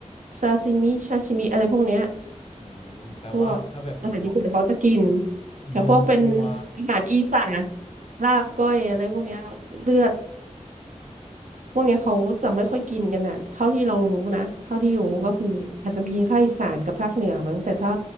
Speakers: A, on the right; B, on the left.
A: ซาซิมิชาชิมิอะไรพวกเนี้ย
B: อืมแปลว่าถ้าแบบพวก
A: พวกอาหารญี่ปุ่นเขาจะกินแต่พวกเป็น
B: เนื้อวัว
A: อาหารอีสานลาบก้อยอะไรพวกเนี้ยเลือดพวกเนี้ยเขาจะไม่ค่อยกินกันอ่ะเท่าที่เรารู้นะเท่าที่รู้ก็คืออาจจะมีภาคอีสานกับภาคเหนือมั้งแต่ถ้า